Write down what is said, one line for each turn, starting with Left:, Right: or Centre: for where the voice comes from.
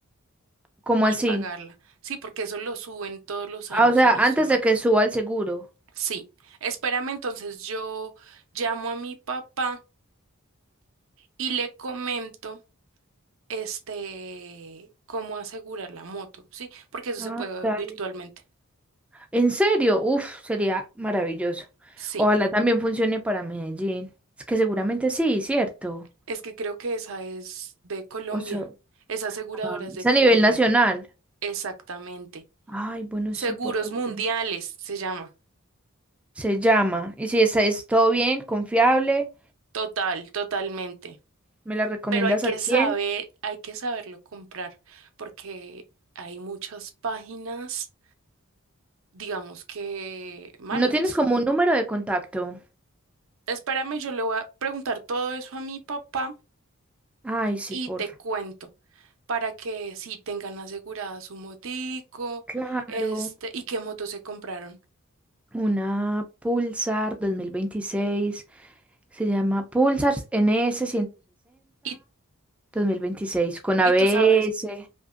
Centre: ¿Cómo
Right: y
Centre: así?
Right: pagarla. Sí, porque eso lo suben todos los
Centre: Ah,
Right: años,
Centre: o sea,
Right: si no
Centre: antes
Right: estoy mal.
Centre: de que suba el seguro.
Right: Sí, espérame, entonces yo llamo a mi papá y le comento. este, cómo asegurar la moto, ¿sí? Porque eso se
Centre: Ah,
Right: puede
Centre: dale.
Right: virtualmente.
Centre: ¿En serio? Uf, sería maravilloso.
Right: Sí,
Centre: Ojalá también funcione para Medellín. Es que seguramente sí, ¿cierto?
Right: es que creo que esa es de Colombia.
Centre: O sea,
Right: Esa aseguradora
Centre: ah,
Right: es de
Centre: es
Right: Colombia.
Centre: a nivel nacional.
Right: Exactamente.
Centre: Ay, bueno,
Right: Seguros
Centre: sí, por favor.
Right: Mundiales se llama.
Centre: Se llama. Y si es, es todo bien, confiable,
Right: Total, totalmente.
Centre: me la recomiendas
Right: Pero hay que
Centre: al cien.
Right: saber, hay que saberlo comprar, porque hay muchas páginas, digamos que malas.
Centre: ¿No tienes como un número de contacto?
Right: Espérame, yo le voy a preguntar todo eso a mi papá
Centre: Ay, sí,
Right: y
Centre: por
Right: te cuento. para que sí tengan asegurada su motico,
Centre: Claro.
Right: este, y qué moto se compraron.
Centre: Una Pulsar 2026. Se llama Pulsar NS
Right: ¿Y,
Centre: mil veintiséis con ABS.
Right: y tú sabes,